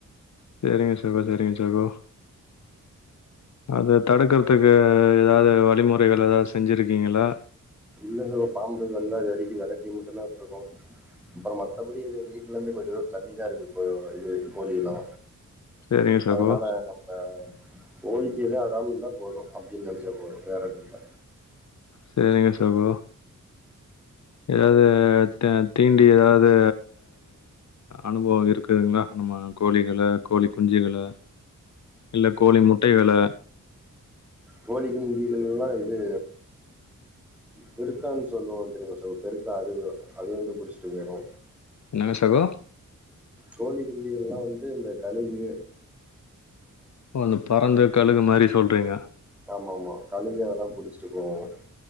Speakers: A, on the left; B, in the centre.
A: செரிங்க சகோதரியின் சகோ அத தடுக்கறதுக்கு ஏதாவது வழிமுறைகள் எதாவது செஞ்சிருக்கீங்களா
B: இல்ல சகோ பாம்பு வந்தா அத அரிக்கு வெரட்டி மட்டுமான்ட்ருக்கோ அப்புற மத்தபடி ஏதோ வீட்ல இருந்து கொஞ்ச ஊர் தள்ளிதா இருக்கு போய் இது கோழில்லா
A: சரிங்க சகோ,
B: அதனால ஆ கோழிக்கு எது ஆகாம இருந்தா போது அப்டின் நெனைச்ச போது வேற எதுவு இல்ல
A: சேரிங்க சகோ ஏதாவது த தீண்டி ஏதாவது அனுபவ இருக்குதுங்களா நம்ம கோழிகள கோழிகுஞ்சிகள இல்ல கோழி முட்டைகள
B: கோழி குஞ்சுகலெல்லா இது பெருக்கான்னு சொல்லுவாங் தெரியுங்க சொ பெருக்கா அது அது வந்து புடிச்ட்டு போயிறு
A: என்ன சகோ
B: கோழி குஞ்சுகள்லா வந்து அந்த கழுகு
A: அந்த பருந்து கழுகு மாரி சொல்றீங்க
B: ஆமா ஆமா கழுகு அதெல்லா புடிச்ட்டு போவாங்க